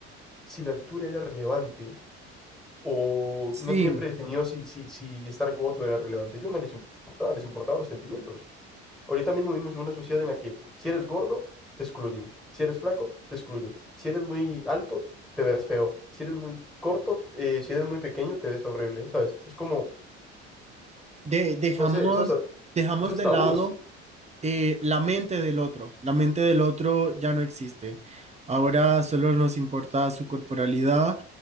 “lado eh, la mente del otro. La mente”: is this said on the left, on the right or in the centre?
Right